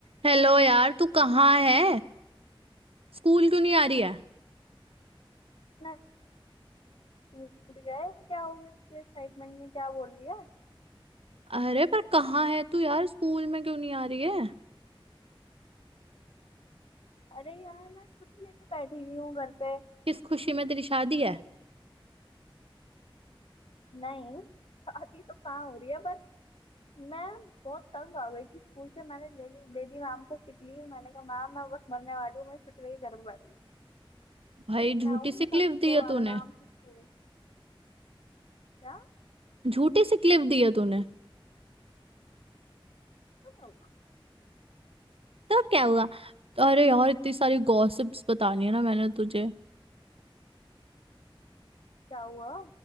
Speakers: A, on the right (about 85°); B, on the left (about 75°).
A: Hello यार तू कहाँ है स्कूल क्यों नहीं आ रही है
B: ना टूट गया है क्या हो गया इसके एक्साइटमेंट में क्या बोल रही है
A: अरे पर कहाँ है तू यार स्कूल में क्यों नहीं आ रही है
B: अरे यार मैं छुट्टी लेके बैठी हुई हूँ घर पे
A: किस खुशी में तेरी शादी है
B: नहीं शादी तो कहाँ हो रही है बस मैं बहुत तंग आ गई थी स्कूल से मैंने ले ली दे दी मैम को सिक लीव मैंने कहा मैम मैं बस मरने वाली हूँ मैं छुट्टी लेके घर पे बैठ गई
A: भाई
B: अब
A: झूठी
B: मैं आऊंगी
A: सी
B: एक
A: क्लिप
B: हफ्ते
A: दी है
B: बाद
A: तूने
B: आराम से स्कूल क्या
A: झूठी सी क्लिप दी है तूने
B: तो क्या हुआ
A: तो क्या हुआ अरे यार इतनी सारी गॉसिप्स बतानी है ना मैंने तुझे
B: क्या हुआ